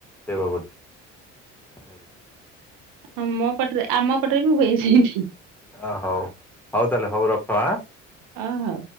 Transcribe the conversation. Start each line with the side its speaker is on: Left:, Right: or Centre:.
Centre: ସେ ଭୋଗଟି ହେଲାକି
Right: ହଁ ମୋ ପଟରେ ଆମ ପଟରେ ବି ହୁଏ ସେମତି
Centre: ଅ ହଉ ହଉ ତାହେଲେ ହଉ ରଖ ଆ
Right: ଅ ହଉ।